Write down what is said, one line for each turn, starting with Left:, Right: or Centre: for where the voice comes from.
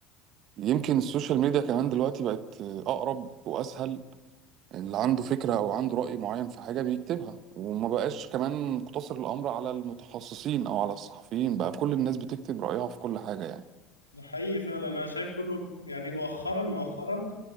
Right: يمكن السوشيال ميديا كمان دلوقتي بقت آه، أقرب وأسهل اللي عنده فكرة أو عنده رأي معين في حاجة بيكتبها وما بقاش كمان مقتصر الأمر على المتخصصين أو على الصحفيين بقى كل الناس بتكتب رأيها في كل حاجة يعني
Left: ده حقيقي فعلا انا شايف كله يعني مؤخرا مؤخرا